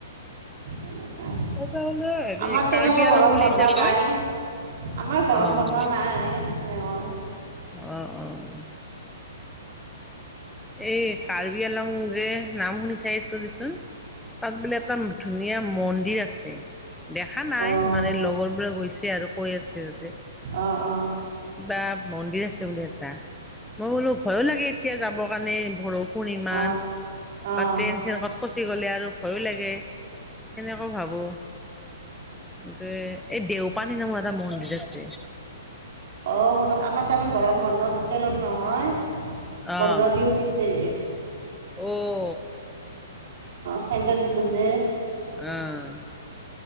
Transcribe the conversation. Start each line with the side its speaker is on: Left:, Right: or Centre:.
Right: এনেকুৱা
Centre: এটা হলে হেৰি
Right: আমাৰ
Centre: কাৰ্বি
Right: তেনেকৈ গৰম
Centre: আলং বুলি
Right: বন্ধ
Centre: যে কয়
Right: নাই আমাৰ গৰম
Centre: অ',
Right: বন্ধ নাই এনেকৈ
Centre: অঁ অঁ অঁ। এই কাৰ্বি আলং যে নাম শুনিছাই তো দিচোন তাত বোলে এটা ধুনীয়া মন্দিৰ আছে। দেখা নাই
Right: অঁ অঁ
Centre: মানে লগৰ বোৰে গৈছে আৰু কৈ আছে যাতে
Right: অঁ অঁ
Centre: কিবা মন্দিৰ আছে বোলে এটা, মই বোলো ভয়ো লাগে এতিয়া যাবৰ কাৰণে ভ <unintelligible>
Right: অঁ অঁ
Centre: যেনেকাত ফচি গ'লে আৰু ভয়ো লাগে সেনেকৈ ভাবোঁ। এই দেওপানী নামৰ এটা মন্দিৰ আছে।
Right: অ সোণাল আমাৰ তাৰমানে গৰম বন্ধ চিতেলৰ নহয়।
Centre: অ'।
Right: বন্ধ দি উঠিছে।
Centre: অ।
Right: চেণ্ট্ৰেল স্কুল যে
Centre: আহ।